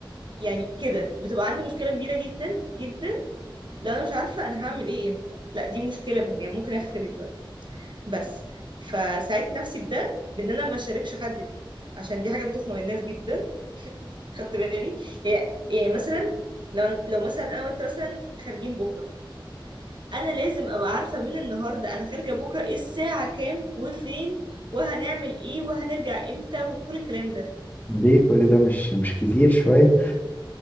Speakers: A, on the right; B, on the left.
A: يعني كده بتبقى عندي مشكله كبيره جدا جدا لو انا مش عارفه انا هعمل ايه امتى لا دي مشكله بان يعني ممكن اخرب الدنيا بس فساعدت نفسي بده بان انا ما اشاركش حد بيه عشان دي حاجه بتخنق الناس جدا خدت بالي يعني يعني مثلا لو لو مثلا انا وانت مثلا خارجين بكره انا لازم ابقى عارفه من النهارده انا خارجه بكره ايه الساعه كام وفين وهنعمل ايه وهنرجع امتى وكل الكلام ده
B: ليه كل ده مش مش كتير شوية